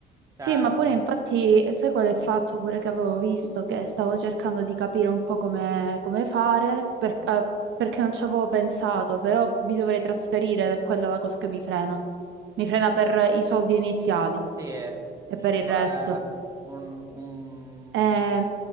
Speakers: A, on the right (about 15°); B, on the right (about 75°).
A: Cioè,
B: Sì, ma pure infatti, eh, sai qual è il fatto pure che avevo visto che stavo cercando di capire un po' come, come fare, per- eh, perché non ci avevo pensato, però mi dovrei trasferire ed è quella la cosa che mi frena. Mi
A: mh,
B: frena per i soldi iniziali
A: sì,
B: e
A: ci
B: per
A: vuole
B: il resto.
A: un, un-
B: Eh,